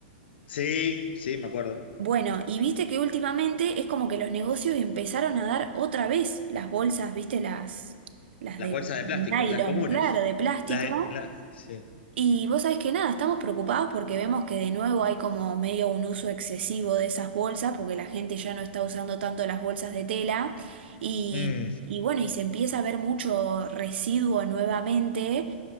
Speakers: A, on the left; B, on the right.
A: Sí, sí, me acuerdo.
B: Bueno, y viste que últimamente es como que los negocios empezaron a dar otra vez las bolsas, viste, las, las
A: Las
B: de
A: bolsas
B: nylon,
A: de plástico, las comunes.
B: claro, de plástico.
A: Las, las- sí.
B: Y vos sabés que nada, estamos preocupados porque vemos que de nuevo hay como medio un uso excesivo de esas bolsas, porque la gente ya no está usando tanto las bolsas de tela y,
A: Mm.
B: y bueno, y se empieza a ver mucho residuo nuevamente